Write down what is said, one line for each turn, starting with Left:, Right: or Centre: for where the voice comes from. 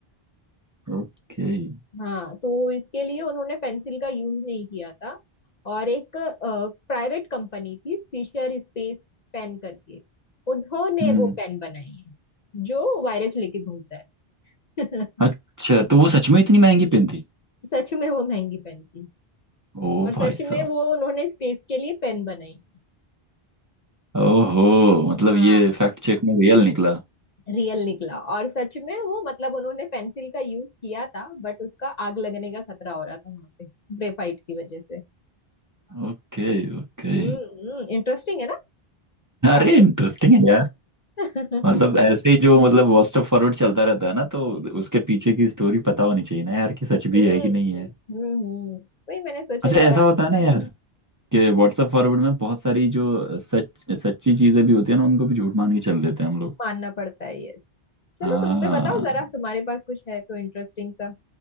Right: ओके हम्म okay,
Left: हाँ तो इसके लिए उन्होंने पेंसिल का यूज नहीं किया था और एक प्राइवेट कंपनी थी फिशर स्पेस पेन करके उन्होंने
Right: हम्म।
Left: वो पेन बनाई है जो वायरस लेके घूमता है
Right: अच्छा
Left: <laughs>
Right: तो वो सच में इतनी महंगी पेन थी
Left: सच में वो महंगी पेन थी
Right: ओ
Left: और सच
Right: भाई साहब
Left: में वो उन्होंने स्पेस के लिए पेन बनाई थी
Right: ओहो मतलब
Left: हाँ
Right: ये फैक्ट चेक में रियल निकला
Left: रियल निकला और सच में वो मतलब उन्होंने पेंसिल का यूज किया था बट उसका आग लगने का खतरा हो रहा था वहां पे ग्रेफाइट की वजह से
Right: ओके ओके
Left: हम्म इंटरेस्टिंग है ना
Right: अरे
Left: काफी
Right: इंटरेस्टिंग है यार
Left: <laughs>
Right: मतलब ऐसे ही जो मतलब व्हाट्सएप फॉरवर्ड चलता रहता है ना तो उसके पीछे की स्टोरी पता होनी चाहिए ना यार कि सच भी
Left: हम्म
Right: है कि नहीं है
Left: हम्म हम्म। वही मैंने सोचा
Right: अच्छा ऐसा
Left: जरा
Right: होता है ना यार कि व्हाट्सएप फॉरवर्ड में बहुत सारी जो सच सच्ची चीजें भी होती है ना उनको भी झूठ मान के चल देते हैं हम लोग
Left: मानना पड़ता है ये चलो
Right: हाँ
Left: तुम भी
Right: हाँ।
Left: बताओ जरा तुम्हारे पास कुछ है तो इंटरेस्टिंग सा